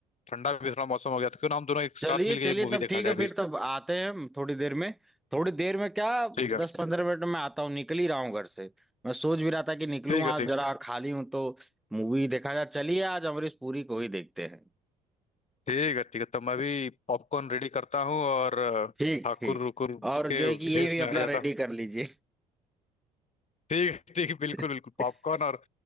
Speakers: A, on the left; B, in the centre.
A: ठंडा भी थोड़ा मौसम हो गया तो क्यों ना हम दोनों एक साथ
B: चलिए
A: मिलकर
B: चलिए
A: ये मूवी
B: तब
A: देखा
B: ठीक
A: जाए
B: है
A: अभी
B: फिर तब आते हैं हम थोड़ी देर में थोड़ी देर में क्या
A: ठीक है
B: दस पंद्रह मिनट में आता हूँ निकल ही रहा हूँ घर से मैं सोच भी रहा था कि निकलूँ
A: ठीक है
B: आज
A: ठीक
B: जरा खाली हूँ तो मूवी देखा जाए चलिए आज अमरीश पुरी को ही देखते हैं
A: ठीक है ठीक है तो मैं भी पॉपकॉर्न रेडी करता हूँ और अ,
B: ठीक
A: ठाकुर
B: ठीक
A: रुकुर
B: और जो
A: के
B: है कि
A: भेष
B: ये भी
A: में आ
B: अपना
A: जाता
B: रेडी कर लीजिए
A: ठीक है ठीक है, बिल्कुल
B: <laughs>
A: बिल्कुल पॉपकॉर्न और